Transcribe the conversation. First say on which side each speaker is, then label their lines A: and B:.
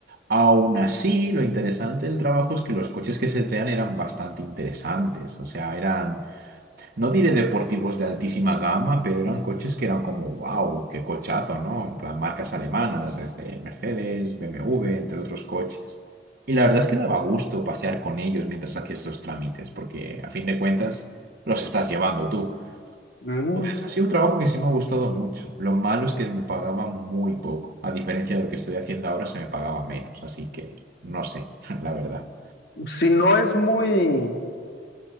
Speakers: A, on the right (about 55°); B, on the left (about 60°).
A: Aún así, lo interesante del trabajo es que los coches que se traían eran bastante interesantes, o sea, eran no diré deportivos de altísima gama, pero eran coches que eran como, wow, qué cochazo, ¿no? En plan, marcas alemanas, desde Mercedes, BMW, entre otros coches. Y la verdad es que daba gusto pasear con ellos mientras hacías estos trámites, porque a fin de cuentas los estás llevando tú.
B: Ujú.
A: Pues, ha sido un trabajo que sí me ha gustado mucho. Lo malo es que me pagaban muy poco. A diferencia de lo que estoy haciendo ahora, se me pagaba menos. Así que no sé, <laughs> la verdad.
B: Mm, si no es muy...